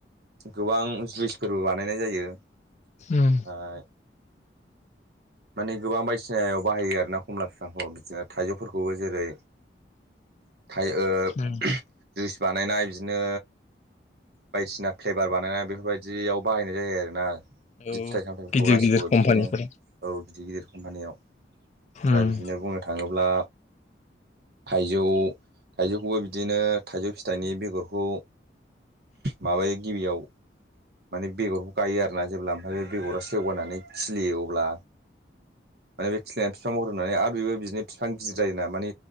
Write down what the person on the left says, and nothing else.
उम
उम
औ
गिदिर
गिदिर कम्पानिफोरा
उम